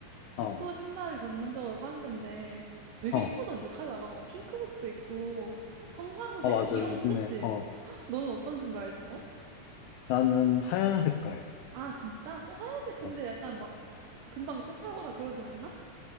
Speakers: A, on the right; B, on the left.
A: 축구
B: 어,
A: 신발을 전문적으로 파는 데인데 되게
B: 어.
A: 이쁘던데 컬러가 막 핑크색도 있고 형광색
B: 아, 맞아.
A: 이런
B: 요즘에,
A: 그치?
B: 어.
A: <gasps> 헉, 너는 어떤 신발 신어?
B: 나는 하얀 색깔.
A: 아 진짜? 어 하얀색 근데
B: 어.
A: 약간 막 금방 때 타거나 그러진 않나?